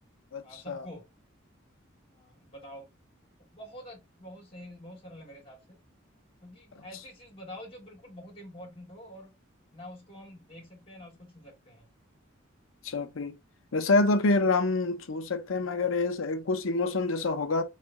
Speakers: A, on the left (about 80°); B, on the left (about 30°).
A: अच्छा
B: हाँ सबको हाँ बताओ बहुत अच्छ- बहुत सही बहुत सरल है मेरे हिसाब से क्योंकि
A: अच्छा।
B: ऐसी चीज बताओ जो बिल्कुल बहुत इंपॉर्टेंट हो और ना उसको हम देख सकते हैं ना उसको छू सकते हैं
A: अच्छा फिर वैसा है तो फिर हम छू सकते हैं मगर ये स- कुछ इमोशन जैसा होगा